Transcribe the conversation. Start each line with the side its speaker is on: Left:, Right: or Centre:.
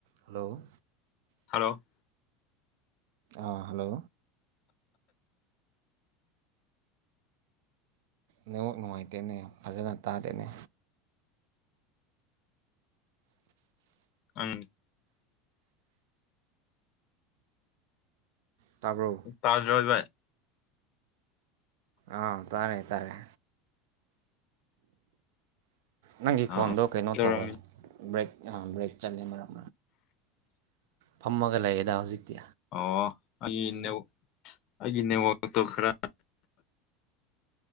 Right: hello
Left: hello
Right: ꯑꯥ hello network ꯅꯨꯡꯉꯥꯏꯇꯦꯅꯦ ꯐꯖꯅ ꯇꯥꯗꯦꯅꯦ
Left: ꯎꯪ
Right: ꯇꯥꯕ꯭ꯔꯣ
Left: ꯇꯥꯥꯗ꯭ꯔꯣ ꯐꯕꯥꯏ
Right: ꯑꯥ ꯇꯥꯔꯦ ꯇꯥꯔꯦ ꯅꯪꯒꯤ
Left: ꯑꯥ
Right: ꯈꯣꯟꯗꯣ ꯀꯩꯅꯣ
Left: ꯀꯩꯗꯧꯔꯝꯃꯤ
Right: ꯇꯧꯋꯦ ꯕ꯭ꯔꯦꯛ ꯑꯥ ꯕ꯭ꯔꯦꯛ ꯆꯠꯂꯦ ꯃꯔꯛ ꯐꯝꯃꯒ ꯂꯩꯌꯦꯗ ꯍꯧꯖꯤꯛꯇꯤ
Left: ꯑꯣ ꯑꯩꯒꯤ ꯅꯦꯠꯋꯥꯛ ꯑꯩꯒꯤ ꯅꯦꯠꯋꯥꯛꯇꯣ ꯈꯔ